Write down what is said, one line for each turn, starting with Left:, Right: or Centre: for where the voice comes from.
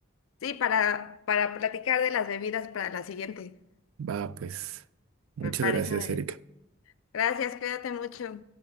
Left: sí, para, para platicar de las bebidas para la siguiente,
Right: Va, pues, muchas
Left: me parece
Right: gracias,
Left: muy bien.
Right: Erika.
Left: Gracias, cuídate mucho.